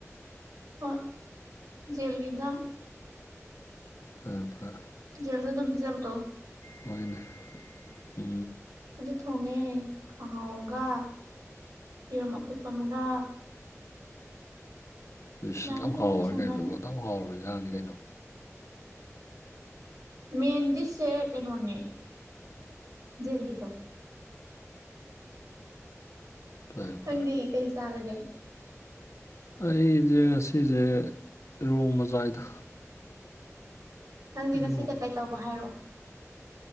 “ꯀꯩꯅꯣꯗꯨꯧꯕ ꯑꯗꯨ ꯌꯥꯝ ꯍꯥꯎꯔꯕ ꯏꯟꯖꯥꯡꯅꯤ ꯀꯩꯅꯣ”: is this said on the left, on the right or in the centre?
Left